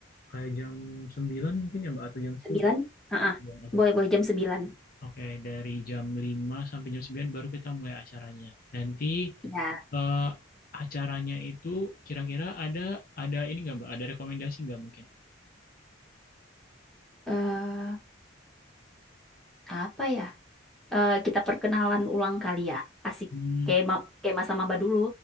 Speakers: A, on the left; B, in the centre.
A: Kayak jam 9 mungkin ya Mbak atau jam 10
B: Sembilan.
A: ya?
B: Ah,
A: Ya, Oke.
B: boleh boleh jam 9.
A: Oke, dari jam 5 sampai jam 9 baru kita mulai acaranya. Nanti
B: Ya.
A: eh, acaranya itu kira-kira ada ada ini nggak Mbak? Ada rekomendasi nggak mungkin?
B: Eh, apa ya? Eh, kita perkenalan ulang kali ya. Asik.
A: Hmm.
B: Kayak ma kayak masa maba dulu.